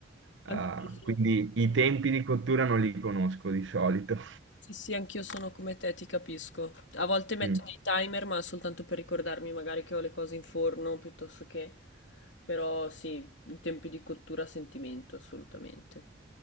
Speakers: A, on the right; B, on the left.
A: Ah,
B: Anche io sono
A: quindi i tempi di cottura non li conosco di solito.
B: Sì, sì, anch'io sono come te, ti capisco. A volte metto
A: Mm,
B: dei timer, ma soltanto per ricordarmi magari che ho le cose in forno, piuttosto che... Però sì, i tempi di cottura a sentimento, assolutamente.